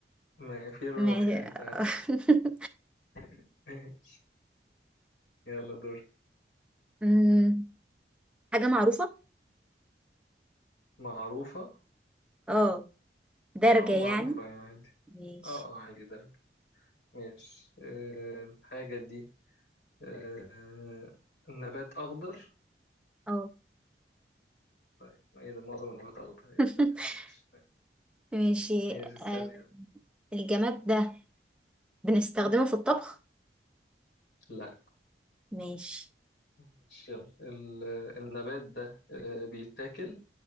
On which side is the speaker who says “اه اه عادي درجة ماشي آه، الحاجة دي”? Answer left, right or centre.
Left